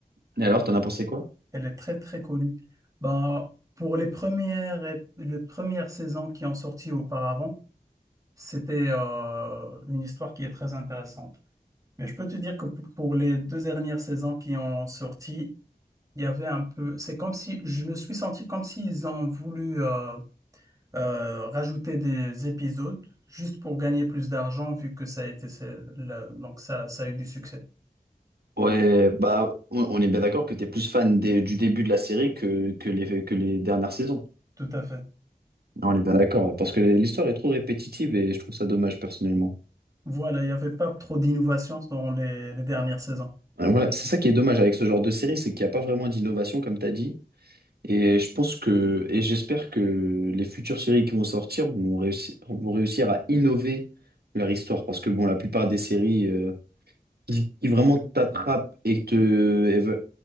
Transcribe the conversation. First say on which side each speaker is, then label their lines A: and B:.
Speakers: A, on the right; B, on the right.
A: Et alors, t'en as pensé quoi?
B: Elle est très très connue. Ben, pour les premières, ép- les premières saisons qui ont sorti auparavant, c'était euh, une histoire qui est très intéressante. Mais je peux te dire que p- pour les deux dernières saisons qui ont sorti, il y avait un peu. C'est comme si je me suis senti comme s'ils ont voulu. euh, euh, rajouter des épisodes juste pour gagner plus d'argent vu que ça a été c'est- la- donc ça, ça a eu du succès.
A: Ouais, bah, on on est bien d'accord que t'es plus fan des- du début de la série que, que les, que les dernières saisons.
B: Tout à fait.
A: On est bien d'accord, parce que l'histoire est trop répétitive et je trouve ça dommage personnellement.
B: Voilà, il n'y avait pas trop d'innovations dans les, les dernières saisons.
A: Euh, Voilà, c'est ça qui est dommage avec ce genre de série, c'est qu'il n'y a pas vraiment d'innovation comme t'as dit. Et je pense que, et j'espère que les futures séries qui vont sortir vont réussir, vont réussir à innover leur histoire, parce que bon, la plupart des séries euh, qui qui vraiment t'attrapent et te, et ve-